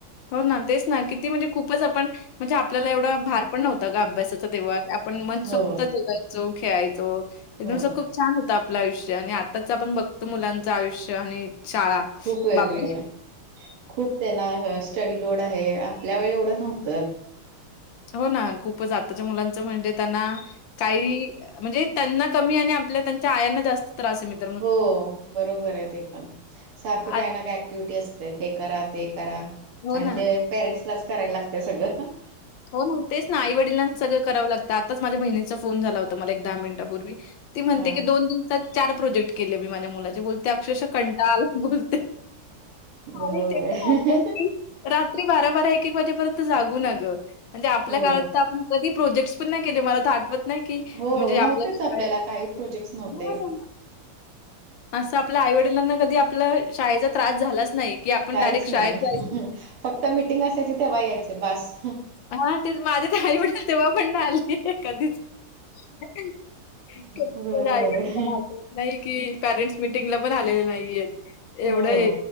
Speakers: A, on the left; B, on the right.
A: हो ना. तेच ना. किती म्हणजे खूपच आपण म्हणजे आपल्याला एवढा भार पण नव्हता ग, आभ्यासाचा तेव्हा. आपण मन सोक्त
B: हो
A: जगाय चो खेळायचो. एकदम
B: हो
A: अस खूप छान होत आपलं आयुष्य. आणि आताच आपण बघतो. मुलांचं आयुष्य, आणि शाळा.
B: खूप वेगळी
A: बापरे.
B: खूप त्यांना स्टडी लोड आहे. आपल्या वेळी एवढं नव्हतं.
A: हो ना. खूपच. आताच्या मुलांचं म्हणजे, त्यांना काही, म्हणजे त्यांना कमी. आणि आपल्या त्यांच्या, आयांना जास्त त्रासे. मित
B: हो बरोबरे ते पण. सारखं
A: आत
B: काही ना काही ऍक्टिव्हटी असते. हे करा. ते करा.
A: हो
B: आणि
A: ना.
B: ते पेरेंट्स लाच करायला लागतय, सगळं.
A: हो ना. तेच ना. आई वडलांना सगळं करावं लागतं. आताच माझ्या बहिणीचा फोन झाला होता मला. एक दहा मिनिटापूर्वी. ती म्हणते
B: हा
A: की, दोन दिवसात चार प्रोजेक्ट केले मी. माझ्या मुलाचे. बोल. ते अक्षरश कंटाळाला बोलते.
B: बरोबर
A: आणि ते
B: आहे.
A: पण अस की, रात्री बारा बारा एक एक वाजेपर्यंत जागू ना गं म्हणजे आपल्या
B: हो
A: काळात. तर आपण कधी प्रोजेक्ट् पण नाही केले. मला तर आठत नाही. कि
B: हो
A: म्हणजे, आपल्याच
B: नव्हतेच
A: शाळेत
B: आपल्याला काही प्रोजेक्ट्स नव्हते
A: <unintelligible> असं आपल्या आई वडिलांना कधी, आपला शाळेचा त्रास झालाच नाही. की आपण
B: काहीच
A: डायरेक्ट
B: नाही.
A: शाळेत जायच
B: फक्त मिीटिंग असायची तेव्हा यायचे, बास.
A: हा तेच. माझेत आई वडील तेव्हा पण नाही आले. कधीच. आ <unintelligible>
B: बरोबर आहे
A: नाही की पॅरेंट्स मिीटिंगला पण आलेले नाहीये. एवढं
B: हो.